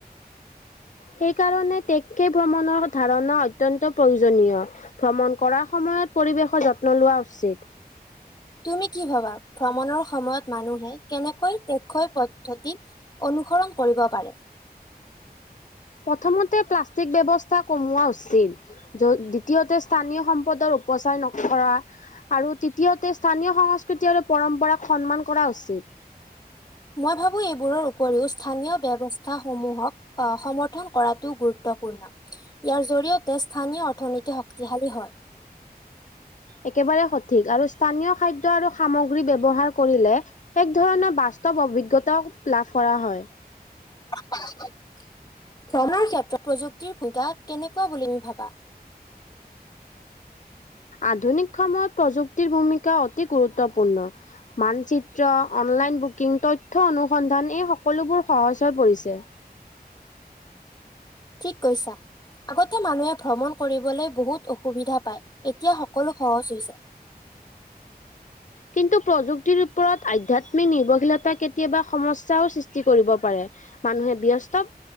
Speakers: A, on the left; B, on the left.
A: সেইকাৰণে টেকে ভ্ৰমণৰ ধাৰণা অত্যন্ত প্ৰয়োজনীয়। ভ্ৰমণ কৰাৰ সময়ত পৰিৱেশৰ যত্ন লোৱা উচিত।
B: তুমি কি ভবা, ভ্ৰমণৰ সময়ত মানুহে কেনেকৈ <unintelligible> পদ্ধতি অনুসৰণ কৰিব পাৰে।
A: প্ৰথমতে প্লাষ্টিক ব্যৱস্থা কমোৱা উচিত। য' দ্বিতীয়তে স্থানীয় সম্পদৰ উপচাৰ নকৰা। আৰু তৃতীয়তে স্থানীয় সংস্কৃতি আৰু পৰম্পৰাক সন্মান কৰা উচিত।
B: মই ভাবো এইবোৰৰ উপৰিও স্থানীয় ব্যৱস্থা সমূহক অ', সমৰ্থন কৰাটোও গুৰুত্বপূৰ্ণ। ইয়াৰ জৰিয়তে স্থানীয় অৰ্থনীতি শক্তিশালী হ'য়।
A: একেবাৰে সঠিক, আৰু স্থানীয় খাদ্য আৰু সামগ্ৰী বুলি ব্যৱহাৰ কৰিলে, এক ধৰণৰ বাস্তৱ অভিজ্ঞতাও লাভ কৰা হয়।
B: ভ্ৰমনৰ ক্ষেত্ৰত প্ৰযুক্তিৰ সুবিধা কেনেকুৱা বুলি তুমি ভাবা?
A: আধুনিক সময়ত প্ৰযুক্তিৰ ভূমিকা অতি গুৰুত্বপূৰ্ণ। মানচিত্ৰ অনলাইন বুকিং তথ্য অনুসন্ধান এই সকলোবোৰ সহজ হৈ পৰিছে।
B: ঠিক কৈছা। আগতে মানুহে ভ্ৰমণ কৰিবলৈ বহুত অসুবিধা পায় এতিয়া সকলো সহজ হৈ যায়। <unintelligible>
A: কিন্তু প্ৰযুক্তিৰ ওপৰত আধ্যাত্মিক নিৰ্ভৰশীলতা কেতিয়াবা সমস্যাও সৃষ্টি কৰিব পাৰে। মানুহে ব্যস্ত